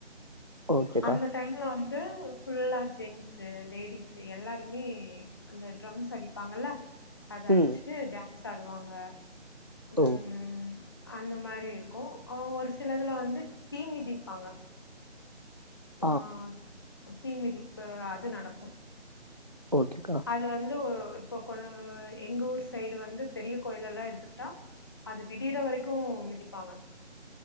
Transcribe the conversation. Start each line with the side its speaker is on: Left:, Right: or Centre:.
Right: ஓகேக்கா
Left: அந்த டைம்ல வந் து ஃபுல்லா ஜென்ஸு லேடிஸு எல்லாருமே அந்த டரம்ஸ் அடிப்பாங்கல்ல அத அடிச்சுட்டு
Right: ம்
Left: டான்ஸ் ஆடுவாங்க
Right: ஓ
Left: ம் அந்த மாரி இருக்கு ஒரு சிலதுல வந்து தீ மிதிப்பாங்க ஆஹ்
Right: ஆ
Left: தீ மிதி பொறவஅது நடக்கு
Right: ஓகேக்கா
Left: அது வந்து இப்போ கொ எங்க ஊர் சைடு வந்து பெரிய கோயில எல்லா எடுத்துக்கிட்டா அது விடிற வரைக்கு மிதிப்பாங்க